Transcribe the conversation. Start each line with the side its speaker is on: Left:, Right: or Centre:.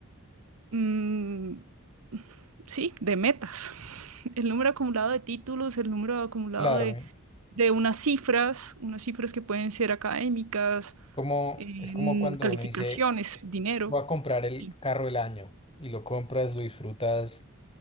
Right: mm, sí, de metas. <laughs> El número acumulado de títulos, el número acumulado
Left: Claro,
Right: de,
Left: ¿eh?
Right: de unas cifras, unas cifras que pueden ser académicas,
Left: como,
Right: en
Left: es como cuando
Right: calificaciones,
Left: uno dice,
Right: dinero.
Left: voy a comprar el
Right: Sí,
Left: carro del año y lo compras, lo disfrutas